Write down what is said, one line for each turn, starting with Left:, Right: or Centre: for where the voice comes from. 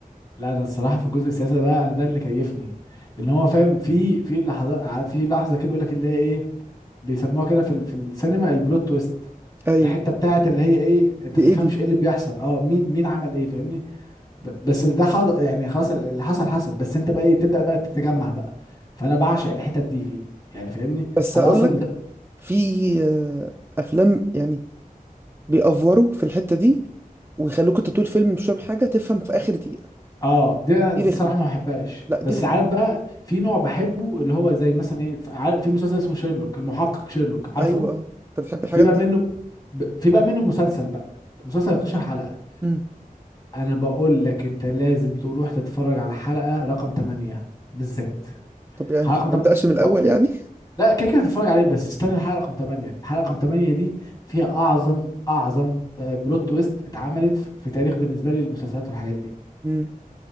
Left: لا انا الصراحه في الجزء السياسي ده بقى انا ده اللي كيفني ان هو فاهم في في لحظات في لحظه كده بيقول لك اللي هي ايه بيسموها كده في ال- في السينما البلوت تويست
Right: ايوه
Left: الحته بتاعت اللي هي ايه انت
Right: دي
Left: ما تفهمش
Right: ايه دي
Left: ايه اللي بيحصل اه مين مين عمل ايه فاهمني ب- بس ده حض... يعني خلاص ال- اللي حصل حصل بس انت بقى ايه تبدا بقى تتجمع بقى فانا بعشق الحتت دي فيه يعني فاهمني
Right: بس
Left: انا
Right: هقول
Left: اصلا
Right: لك
Left: بت...
Right: في آه، افلام يعني بيأفوروا في الحته دي ويخلوك انت طول الفيلم مش فاهم حاجه تفهم في اخر دقيقه
Left: اه دي انا
Right: دي
Left: دي
Right: رخمه
Left: صراحه ما بحبهاش
Right: لا
Left: بس
Right: دي رخمه
Left: عارف بقى في نوع بحبه اللي هو زي مثلا ايه عارف في مسلسل اسمه شيرلوك المحقق شيرلوك عارفه
Right: ايوه اه انت بتحب الحاجات
Left: في بقى
Right: دي
Left: منه ب... في بقى منه مسلسل بقى المسلسل 12 حلقه
Right: امم
Left: انا بقول لك انت لازم تروح تتفرج على حلقة رقم 8 بالذات
Right: طب يعني
Left: حلقة رقم
Right: ما
Left: 8
Right: ابداش من الاول
Left: أو-
Right: يعني
Left: لا كده كده هتتفرج عليه بس استنى الحلقة رقم 8 الحلقة رقم 8 دي فيها اعظم اعظم آه، بلوت تويست اتعملت في في تاريخ بالنسبة لي المسلسلات والحاجات دي
Right: امم